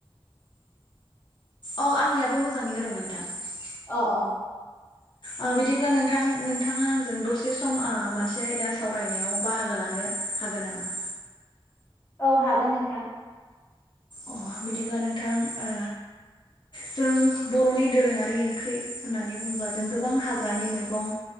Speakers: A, on the left; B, on the left.
A: अ आंनियाबो मोजाङैनो दं नोंथां ।
B: अ- अ
A: ओ बिदिब्ला नोंथां नोंथाङा आंजों दसे सम ओ मोनसे आयदा सावरायनायाव बाहागो लानो हागोन नामा?
B: औ हागोन नोंथां ।
A: अ बिदिब्ला नोंथां ओ जों बर'नि दोरोङारि ओंख्रि होननानै बुङोब्ला, जों गोबां हाग्रानि मैगं